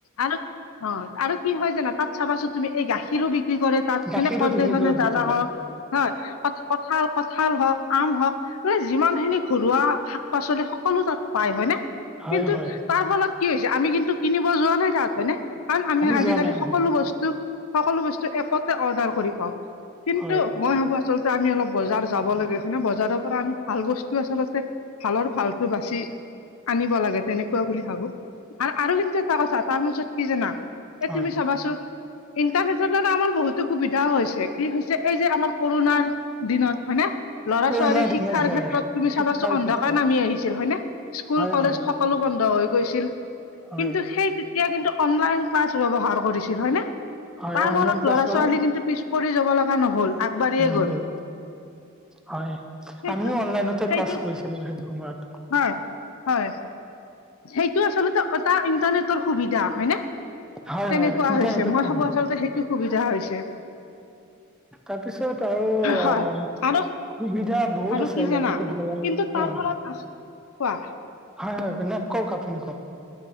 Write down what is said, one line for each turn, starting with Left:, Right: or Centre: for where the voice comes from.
Left: আৰু অঁ আৰু কি হয় জানা তাত চাবাচোন তুমি এই গাখীৰো বিক্ৰী কৰে। তাত
Centre: গাখীৰো
Left: মানে কদেশখনে
Centre: বিক্ৰী কৰে
Left: জ্বালা
Centre: বটলত
Left: হওঁক হয়, কঁঠাল কঁঠাল হওঁক, আম হওঁক। এই যিমান খিনি ঘৰুৱা শাক পাচলি সকলো তাত পায় হয় নে। কিন্তু
Centre: হয় হয়
Left: তাৰ ফলত কি হৈছে আমি কিন্তু কিনিব যোৱা নাই তাত হয়নে? কাৰণ আমি আজিকালি
Centre: যোৱা নাই
Left: সকলো
Centre: হয়
Left: বস্তু সকলো বস্তু এপতে অৰ্ডাৰ কৰি পাওঁ। কিন্তু-
Centre: হয়
Left: মই ভাবো আচলতে আমি অলপ বজাৰ যাব লাগে, হয়নে? বজাৰৰ পৰা আমি ভাল বস্তু আচলতে- ভালৰ ভালতো বাচি আনিব লাগে তেনেকুৱা বুলি ভাবো। আৰু আৰু কিন্তু এটা কথা তাৰ মাজত কি জানা, এই
Centre: হয়
Left: তুমি চাবাচোন- ইণ্টাৰনেটৰ দ্বাৰা আমাৰ বহুতো সুবিধাও হৈছে কি হৈছে এই যে আমাৰ কৰোণাৰ দিনত হয়নে। ল'ৰা
Centre: পুৰণা
Left: ছোৱালী
Centre: দিনত
Left: শিক্ষাৰ
Centre: হয়
Left: ক্ষেত্ৰত তুমি
Centre: শিক্ষাৰ
Left: চাবাচোন অন্ধকাৰ
Centre: ক্ষেত্ৰত
Left: নামি আহিছিল হয় নে স্কুল
Centre: হয়
Left: কলেজ।
Centre: হয়
Left: সকলো বন্ধ হৈ গৈছিল
Centre: হয়
Left: কিন্তু সেই তেতিয়া কিন্তু অনলাইন ক্লাছ ব্যবহাৰ কৰিছিল হয় নে।
Centre: হয়
Left: তাৰ
Centre: অনলাইন
Left: ফলত
Centre: ক্লাছৰ
Left: ল'ৰা ছোৱালী কিন্তু পিছ পৰি যাব লগা নহল আগবাঢ়িয়ে
Centre: নহয়
Left: গ'ল।
Centre: হয়
Left: সেইটো
Centre: আমিও অনলাইনতে
Left: সেইটো
Centre: ক্লাছ কৰিছিলো সেইটো সময়ত।
Left: হয় হয়। সেইটো আচলতে এটা ইন্টাৰনেটৰ সুবিধা হয় নে।
Centre: হয়
Left: তেনেকুৱা
Centre: হয় ইণ্টাৰনেটৰ
Left: হৈছে মই
Centre: সুবিধা
Left: ভাবো আচলতে সেইটো সুবিধা হৈছে।
Centre: তাৰপিছত আৰু।
Left: হয় আৰু
Centre: সুবিধা বহুত
Left: আৰু
Centre: আছে
Left: কি
Centre: যেনেকে
Left: জানা
Centre: ধৰক
Left: কিন্তু তাৰ
Centre: অ।
Left: ফলত আচ- কোৱা।
Centre: হয় হয় নে কওক আপুনি কওক।